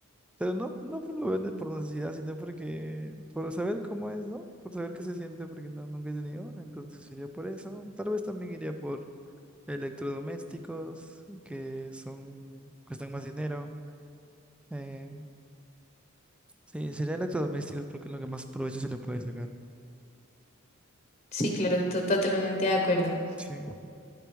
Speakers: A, in the centre; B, on the left.
A: Pero no, no por, lo vende- por necesidad, sino porque, por saber cómo es, ¿no? Por saber qué se siente, porque no, nunca he tenido. Entonces iría por eso. Tal vez también iría por electrodomésticos, que son, cuestan más dinero. Eh, sí, sería electrodomésticos porque es lo que más provecho se le puede sacar.
B: Sí, claro, to- totalmente de acuerdo.
A: Sí.